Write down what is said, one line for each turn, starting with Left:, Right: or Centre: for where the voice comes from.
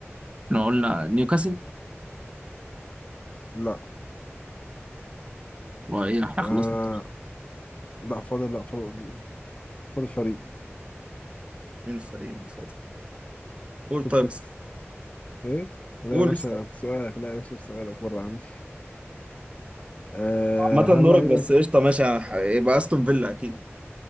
Right: احنا قلنا نيوكاسل
Left: لا
Right: وايه احنا
Left: آه
Right: خلصنا التوب.
Left: لا فاضل لا فاضل فاضل فريق
Right: مين الفريق المفضل قول
Left: توب
Right: طيب
Left: 6
Right: بس
Left: إيه لا
Right: قول
Left: يا باشا
Right: اسأل
Left: في سؤالك لا يا باشا في سؤالك بره عندي آه
Right: عامة
Left: هل
Right: دورك
Left: لعيبة
Right: بس قشطة ماشي ه- يبقى استون فيلا اكيد